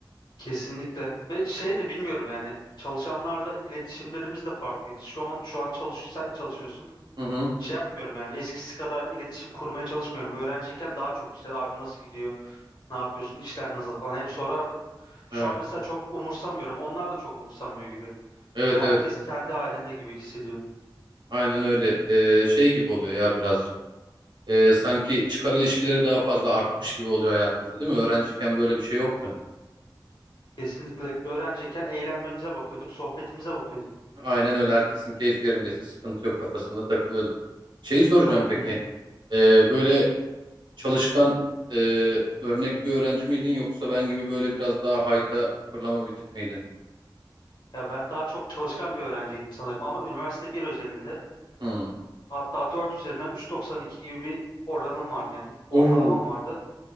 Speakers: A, on the left; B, on the right.
A: kesinlikle. Ve şey de bilmiyorum yani çalışanlarla iletişimlerimiz de farklıydı. Şu an şu an çalış sen de çalışıyorsun.
B: Hı hı.
A: Şey yapmıyorum yani eskisi kadar iletişim kurmaya çalışmıyorum. Öğrenciyken daha çok işte abi nasıl gidiyor? Ne yapıyorsun? İşler nasıl falan hep sorardım. Şu
B: Evet.
A: an mesela çok umursamıyorum. Onlar da çok umursamıyor gibi.
B: Evet
A: Böyle herkes
B: evet.
A: kendi halinde gibi hissediyorum.
B: Aynen öyle. Ee, şey gibi oluyor ya birazcık. Ee, sanki çıkar ilişkileri daha fazla artmış gibi oluyor hayatımızda değil mi? Öğrenciyken böyle bir şey yoktu.
A: Kesinlikle öğrenciyken eğlenmemize bakıyorduk, sohbetimize bakıyorduk.
B: Aynen öyle. Herkesin keyif yerindeyse sıkıntı yok kafasında takılıyorduk. Şeyi soracağım
A: Aynen.
B: peki.
A: öyle.
B: Ee, böyle çalışkan e, örnek bir öğrenci miydin yoksa ben gibi böyle biraz daha hayta fırlama bir tip miydin?
A: Ya ben daha çok çalışkan bir öğrenciydim sanırım ama üniversite bir özelinde
B: Hmm.
A: hatta 4 üzerinden 3.92 gibi bir oranım vardı yani
B: Oo.
A: ortalamam vardı.